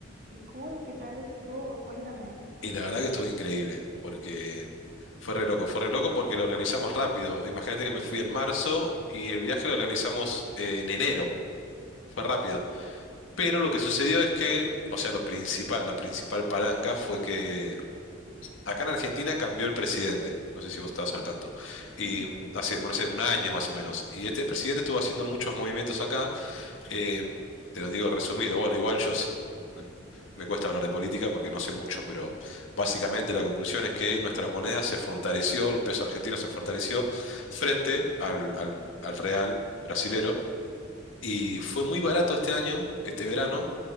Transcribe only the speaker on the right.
qué cool, ¿qué tal Sí, estuvo? Cuéntame.
Sí, sí,
sí, he
sí, escuchado.